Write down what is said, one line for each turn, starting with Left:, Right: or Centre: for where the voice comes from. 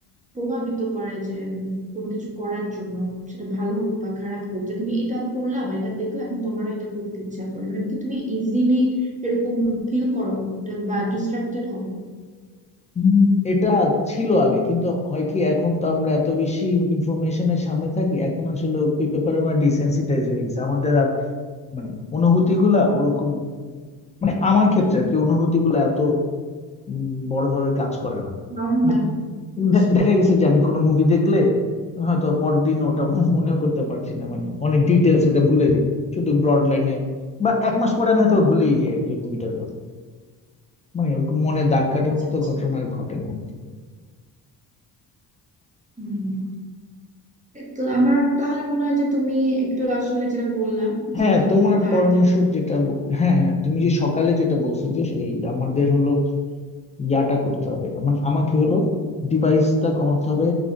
Right: প্রভাবিত করে যে উম, কোনো কিছু করার জন্য সেটা ভালো হোক বা খারাপ হোক যে তুমি এটা পড়লা বা এটা দেখলে এখন তোমারও এটা করতে ইচ্ছা করে মানে কি তুমি ইজিলি এরকম ফিল করো যে- বা ডিস্ট্রাক্টেড হও
Left: হুম, এটা ছিল আগে কিন্তু হয় কি এখন তো আমরা এত বেশি ইনফরমেশনের সামনে থাকি এখন আসলে এই ব্যাপারে আমরা ডিসেন্সিটাইজ হয়ে গেছি আমাদের আর মানে অনুভূতিগুলা ওরকম মানে আমার ক্ষেত্রে আর কি অনুভূতিগুলো এত উম, বড়ভাবে কাজ করে না
Right: মনে হয় না।
Left: উম,
Right: আচ্ছা
Left: দে- দেখা গেছে যে আমি কোনো মুভি দেখলে হয়তো পরদিন ওটা ম- মনেও করতে পারছি না মানে অনেক ডিটেলস ওটা ভুলে যাই শুধু ব্রড লাইনে বা এক মাস পরে আমি হয়তো ভুলেই যাই আর কি মুভিটার কথা মানে ওরকম মনে দাগ কাটার
Right: আচ্ছা
Left: মতো
Right: আচ্ছা
Left: ঘটনা আর ঘটে না আর কি।
Right: হম তো আমার তাহলে মনে হয় যে তুমি একটু আসলে যেটা বললাম
Left: হ্যাঁ
Right: যে তুমি
Left: তোমার
Right: একটু তাড়াতাড়ি
Left: পরামর্শ যেটা ব- হ্যাঁ হ্যাঁ তুমি যে সকালে যেটা বলছো যে এই আমাদের হলো ইয়াটা করতে হবে মানে আমাকে হলো ডিভাইসটা কমাতে হবে